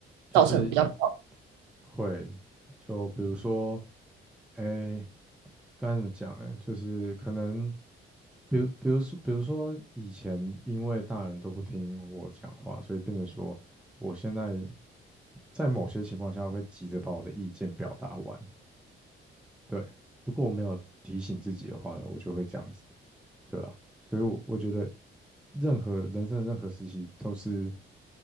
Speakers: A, in the centre; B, on the right.
A: 就是
B: 造成比较不好？
A: 会，就比如说，哎，该怎么讲呢？就是可能，比如比如说比如说以前因为大人都不听我讲话，所以变成说，我现在在某些情况下会急着把我的意见表达完。对，如果我没有提醒自己的话呢，我就会这样子。对啊，所以我，我觉得任何人生的任何时期都是